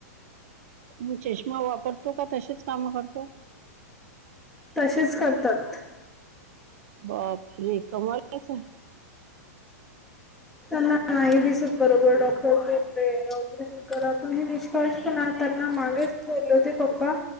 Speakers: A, on the right; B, in the centre.
A: मग चष्मा वापरतो का तसेच काम करतो
B: तसेच करतात
A: बाप रे कमलाच आहे
B: ईद दिसात बरोब डॉक्टर बे आपण हे निष्काळजी पणा त्यांना मागेच बोलले होते पप्पा